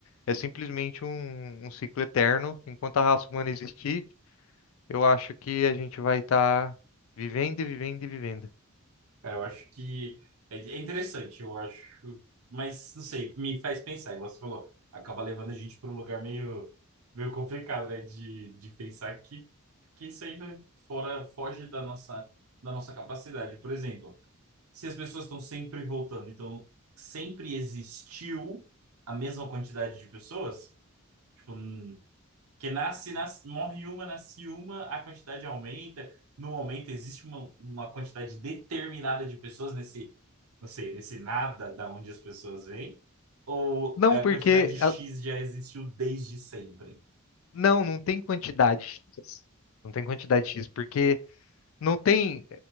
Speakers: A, on the left; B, on the right.
A: é simplesmente um, um ciclo eterno. Enquanto a raça humana existir, eu acho que a gente vai estar vivendo e vivendo e vivendo.
B: Cara, eu acho que é é interessante, eu acho. Mas, não sei, me faz pensar, igual você falou, acaba levando a gente para um lugar meio, meio complicado, né? De, de pensar que, que isso aí vai fora, foge da nossa, da nossa capacidade. Por exemplo, se as pessoas estão sempre voltando, então sempre existiu a mesma quantidade de pessoas, tipo, hum, que nasce, nasce, morre uma, nasce uma, a quantidade aumenta. No aumento, existe uma, uma quantidade determinada de pessoas nesse, não sei, nesse nada da onde as pessoas vêm. Ou
A: Não,
B: a
A: porque...
B: quantidade X
A: a-
B: já existiu desde sempre?
A: Não, não tem quantidade. X. Não tem quantidade X, porque não tem,